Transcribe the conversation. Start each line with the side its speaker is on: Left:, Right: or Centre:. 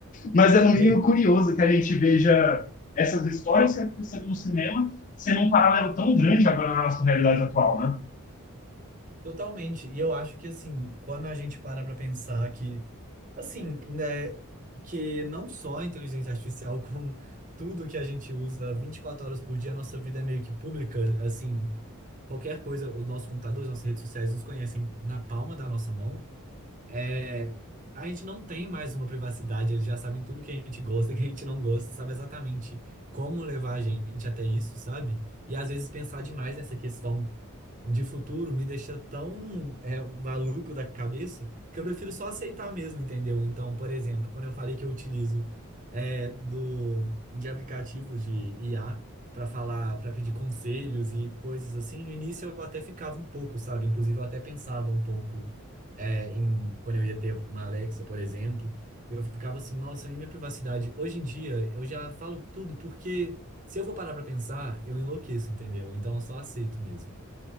Left: Mas é no mínimo
Right: Sim.
Left: curioso que a gente veja essas histórias que aconteceram no cinema sendo um paralelo tão grande agora na nossa realidade atual, né?
Right: Totalmente. E eu acho que assim, quando a gente para para pensar que assim, né, que não só a inteligência artificial, <laughs> como tudo que a gente usa 24 horas por dia, a nossa vida é meio que pública, assim, qualquer coisa, os nossos computadores, nossas redes sociais nos conhecem na palma da nossa mão. É, a gente não tem mais uma privacidade, eles já sabem tudo que a gente gosta, <laughs> que a gente não gosta, sabe exatamente como levar a gente até isso, sabe? E às vezes pensar demais nessa questão de futuro me deixa tão é, maluco da cabeça que eu prefiro só aceitar mesmo, entendeu? Então, por exemplo, quando eu falei que eu utilizo é, do, de aplicativos de IA para falar, para pedir conselhos e coisas assim, no início eu até ficava um pouco, sabe? Inclusive, eu até pensava um pouco é, em quando eu ia ter uma Alexa, por exemplo. Eu ficava assim, nossa, e minha privacidade? Hoje em dia, eu já falo tudo, porque se eu for parar para pensar, eu enlouqueço, entendeu? Então, eu só aceito mesmo.